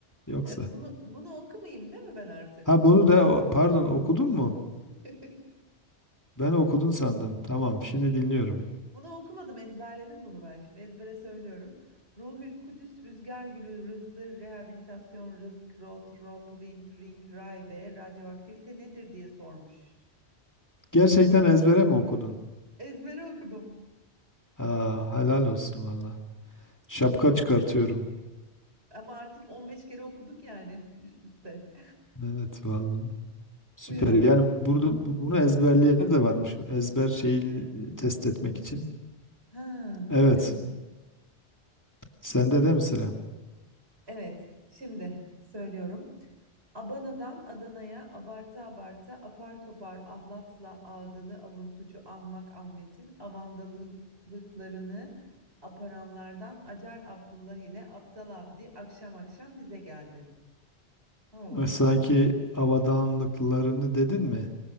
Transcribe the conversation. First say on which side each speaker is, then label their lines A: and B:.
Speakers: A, on the left; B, on the right.
A: Yoksa.
B: E, Bunu bunu okumayayım değil mi ben artık?
A: Ha bunu da o- pardon okudun mu?
B: <laughs>
A: Ben okudun sandım. Tamam şimdi dinliyorum.
B: Bunu okumadım, ezberledim bunu ben. Şimdi ezbere söylüyorum. Ruhül Kudüs, Rüzgar Gülü, Rızdır, Rehabilitasyon, Rızk, Rot, Rop, Rint, Ring, Ray ve radyoaktivite nedir diye sormuş.
A: Gerçekten ezbere mi okudun?
B: Ezbere okudum.
A: Aa, helal olsun valla. Şapka
B: Evet.
A: çıkartıyorum.
B: Ama artık 15 kere okuduk yani üst üste.
A: Evet valla. Süper.
B: <laughs> Buyurun.
A: Yani burada bu- bunu ezberleyen de varmış. Ezber şeyini e, test etmek için.
B: Ha,
A: Evet.
B: evet.
A: Sende de mi sıra?
B: Evet, şimdi söylüyorum. Abana'dan Adana'ya abartı abartı apar topar ahlatla ağdalı avuntucu ahmak Ahmet'in avandalılıklarını aparanlardan Acar Abdullah ile Aptal Abdi akşam akşam bize geldi. Oo.
A: E, Sanki avadanlıklarını dedin mi?